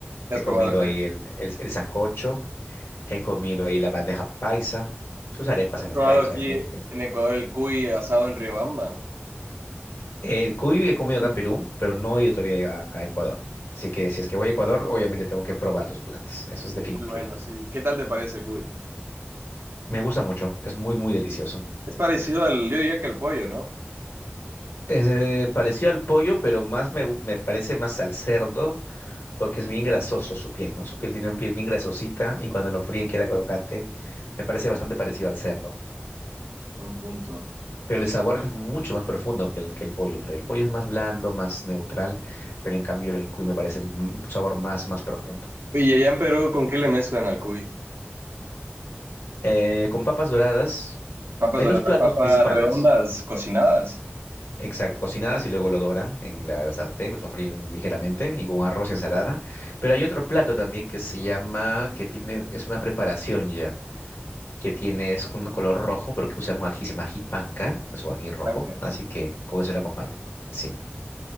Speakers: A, on the right; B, on the left.
A: ¿Qué
B: he
A: has
B: comido
A: probado acá?
B: ahí el, el, el sancocho, he comido ahí la bandeja paisa, sus arepas
A: ¿Has
B: en
A: probado
B: las calles,
A: aquí
B: obviamente.
A: en Ecuador el cuy asado en Riobamba?
B: El cuy he comido acá en Perú, pero no he ido todavía a, a Ecuador. Así que si es que voy a Ecuador, obviamente tengo que probar sus platos. Eso es definitivo.
A: Es muy bueno, sí. ¿Qué tal te parece el cuy?
B: Me gusta mucho, es muy, muy delicioso.
A: Es parecido al, yo diría que al pollo, ¿no?
B: Es eh, parecido al pollo, pero más me, gu- me parece más al cerdo porque es bien grasoso su piel, ¿no? Su piel tiene un piel bien grasosita y cuando lo fríen queda crocante. Me parece bastante parecido al cerdo.
A: Buen punto.
B: Pero el sabor es mucho más profundo que el, que el pollo, creo. El pollo es más blando, más neutral, pero en cambio el cuy me parece un un sabor más, más profundo.
A: Y allá en Perú, ¿con qué le mezclan al cuy?
B: Eh, con papas doradas.
A: Papas
B: Hay
A: doradas,
B: dos platos
A: papas
B: principales.
A: redondas, cocinadas.
B: Exacto, cocinadas y luego lo doran en la sartén, lo sofríen ligeramente y con arroz y ensalada. Pero hay otro plato también que se llama, que tiene, es una preparación ya, que tiene, es un color rojo, pero que usan un ají, se llama ají panca, es un ají rojo,
A: Blanca.
B: así que con eso lo acompañan. Sí.